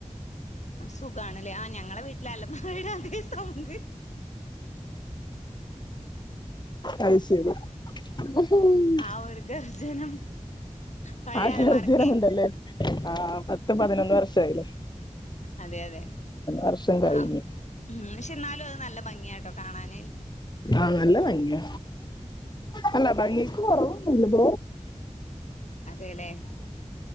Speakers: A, on the left; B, on the left.
A: സുഖണല്ലേ ആ ഞങ്ങളടെ വീട്ടിലെ അലമാരയുടെ അതേ സൗണ്ട്
B: അത് ശരി ഉ
A: ആ ഒരു ഗർജനം പഴയ
B: ആർജ്ജന
A: അലമാരക്കെ
B: ഉണ്ടല്ലേ ആ പത്തും പതിനൊന്ന് വർഷ ആയില്ലേ
A: അതെ അതെ
B: വർഷം കഴിഞ്ഞു
A: ആ ഉം പക്ഷെ എന്നാലും അത് നല്ല ഭംഗിയാട്ടോ കാണാൻ
B: ആ നല്ല ഭംഗിയ അല്ല ഭംഗിയക്ക് കുറവൊന്നുല്ല
A: അതെലേ